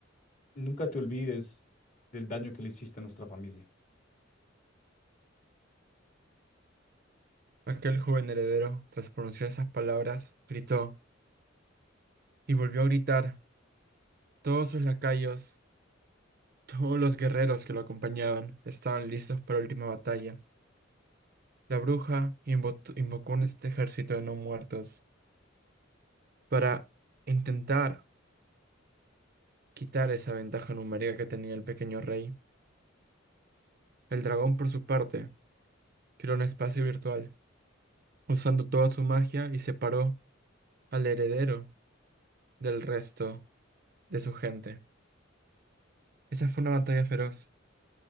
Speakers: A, on the left; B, on the right.
A: nunca te olvides del daño que le hiciste a nuestra familia.
B: Aquel joven heredero, tras pronunciar esas palabras, gritó y volvió a gritar. Todos sus lacayos, todos los guerreros que lo acompañaban, estaban listos para la última batalla. La bruja invo- invocó un este ejército de no muertos para intentar quitar esa ventaja numérica que tenía el pequeño rey. El dragón, por su parte, creó un espacio virtual, usando toda su magia y separó al heredero del resto de su gente. Esa fue una batalla feroz.